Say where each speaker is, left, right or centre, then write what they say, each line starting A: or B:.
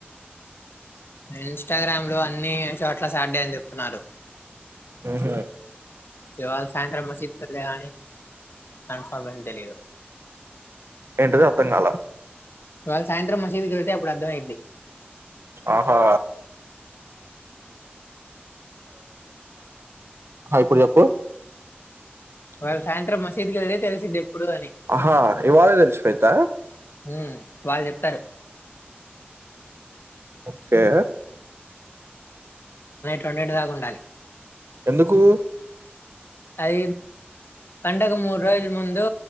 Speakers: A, on the left; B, on the right.
A: ఇన్స్టాగ్రామ్ లో అన్ని చోట్ల సాటర్డే అని చెప్తున్నారు
B: ఆహా
A: త అ సాయంత్రం మంచిద అని కన్ఫర్మషన్ తెలి
B: ఏంటది అర్థం కాల
A: ఇవాళ సాయంత్రం మసీదుకి వెతే అప్పుడు అర్థమయది
B: ఆహో ఆ ఇపుడు చెప్పు
A: వాళ్ళు సాయంత్రం మసీద్కి వెళ్ే తెలిసింది ఎప్పుడు అని
B: ఆహా ఇవాళే తెలిసిపోయిద్దా
A: హ వాళ్ళు చెప్తారు
B: ఓకే
A: టుండంటిదాకు ఉండాలి
B: ఎందుకు
A: అఐ పండకు మూడు రోజల ముందు